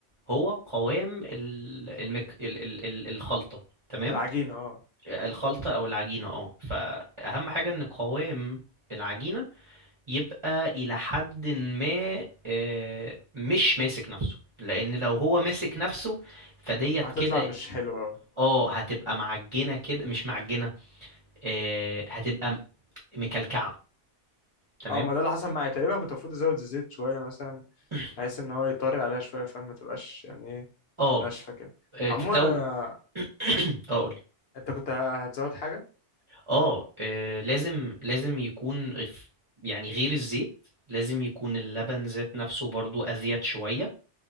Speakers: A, on the right (about 30°); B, on the left (about 60°).
A: هو قوام ال- المك... ال... ال... ال- الخلطه تمام
B: العجينه اه
A: الخلطة أو العجينة اه فأهم حاجة إن قوام العجينة يبقى إلى حد ما آه، مش ماسك نفسه لأن لو هو ماسك نفسه فديت
B: هتطلع
A: كده
B: مش حلوه
A: اه هتبقى معجنة كده مش معجنة آه، هتبقى م- مكلكعة تمام
B: اه ما ده اللي حصل معايا تقريبا كنت المفروض ازود الزيت شويه مثلا
A: <clears throat>
B: بحيث ان هو يطري عليها شويه فما تبقاش يعني ايه
A: اه
B: ناشفه كده
A: آه،
B: عموما
A: لو
B: انا
A: <clears throat> اه قولي
B: <laughs> انت كنت هتزود حاجه
A: اه آه، لازم لازم يكون غف- يعني غير الزيت لازم يكون اللبن ذات نفسه برضو أزيد شوية